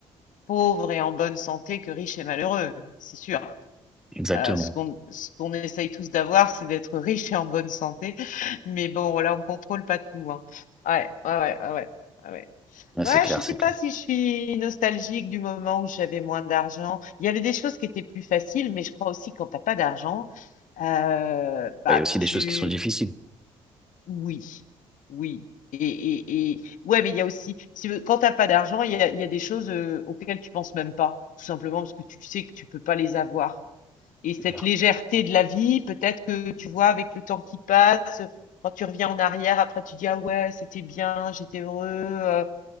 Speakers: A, on the left; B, in the centre.
A: pauvre et en bonne santé que riche et malheureux, c'est sûr.
B: Exactement.
A: Euh, ce qu'on ce qu'on essaye tous d'avoir, c'est d'être riche et en bonne santé. Mais bon, voilà, on contrôle pas tout, hein. Ouais, ouais, ouais, ouais, ouais. Ouais, ouais.
B: Ouais,
A: Ouais,
B: c'est clair,
A: je sais
B: c'est
A: pas
B: clair.
A: si je suis nostalgique du moment où j'avais moins d'argent. Il y avait des choses qui étaient plus faciles, mais je crois aussi que quand t'as pas d'argent, euh, bah
B: Bah, Il y a aussi des
A: tu,
B: choses qui sont difficiles.
A: oui, oui. Et, et, et ouais, mais il y a aussi, si, quand t'as pas d'argent, il y a, il y a des choses euh, auxquelles tu penses même pas, tout simplement parce que tu sais que tu peux pas les avoir et
B: C'est
A: cette
B: clair.
A: légèreté de la vie, peut-être que tu vois, avec le temps qui passe, quand tu reviens en arrière, après tu dis Ah ouais, c'était bien, j'étais heureux. Euh,